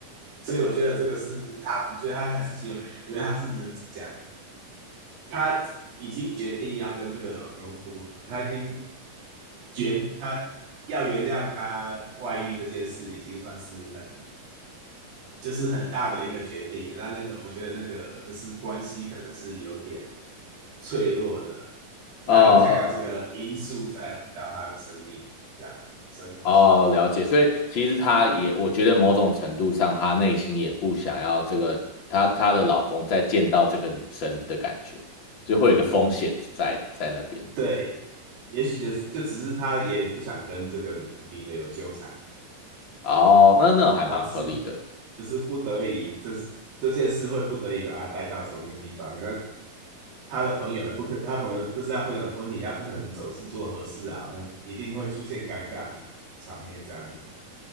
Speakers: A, on the right; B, on the left.
A: 所以我觉得这个是他，我觉得他还是心有可原，因为他是怎么讲呢？他已经决定要跟这个老公复合，他已经原他要原谅他外遇这件事，已经算是很就是很大的一个决定了那那个我觉得那个就是关系可能是有点脆弱的，那他不想要这个因素再回到他的生命这样子生活中。
B: 哦。哦哦哦，了解。所以其实她也，我觉得某种程度上，她内心也不想要这个，她她的老公再见到这个女生的感觉就会有一个风险在在那边。
A: 嗯嗯，对，也许就就只是他也不想跟这个女的有纠缠
B: 哦，那那还蛮合理的。
A: 啊，只是只是不得已，这这件事会不得已把他带到同一个地方。那他的朋友也不可，他朋友这是他朋友的婚礼，他不可能总是做合适啊，一定会出现尴尬的场面这样子。